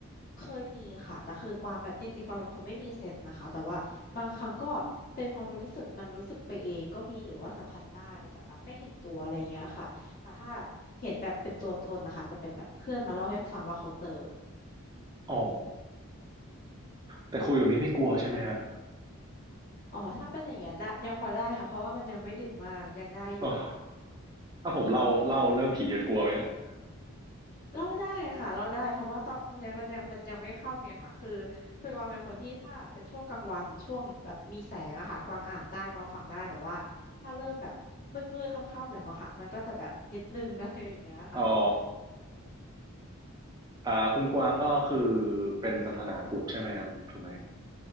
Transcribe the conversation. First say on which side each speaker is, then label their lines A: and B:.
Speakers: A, on the left; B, on the right.
A: เคยมีค่ะแต่คือกวางแบบจริงๆกวางเป็นคนไม่มีเซนส์นะคะแต่ว่าบางครั้งก็เป็นความรู้สึกมันรู้สึกไปเองก็มีหรือว่าสัมผัสได้แต่แบบไม่เห็นตัวอะไรเงี้ยค่ะแต่ถ้าเห็นแบบเป็นตัวตนนะคะจะเป็นแบบเพื่อนมาเล่าให้ฟังว่าเขาเจอ
B: อ๋อแต่คุยแบบนี้ไม่กลัวใช่ไหมฮะ
A: อ๋อถ้าเป็นอย่างเงี้ยได้ยังพอได้ค่ะเพราะว่ามันยังไม่ดึกมากยังได้อยู่
B: อ๋อถ้าผมเล่าเล่าเรื่องผีจะกลัวไหมเนี่ย
A: เล่าได้ค่ะเล่าได้เพราะว่าตอนเนี้ยมันยังมันยังไม่ค่ำไงค่ะคือคือกวางเป็นคนที่ถ้าเป็นช่วงกลางวันช่วงแบบมีแสงอะค่ะกวางอ่านได้กวางฟังได้แต่ว่าถ้าเริ่มแบบมืดมืดค่ำๆแล้วอะค่ะมันก็จะแบบนิดนึง <laughs> อะไรอย่างเงี้ยค่ะ
B: อ๋ออ่าคุณกวางก็คือเป็นศาสนาพุทธใช่ไหมครับถูกไหม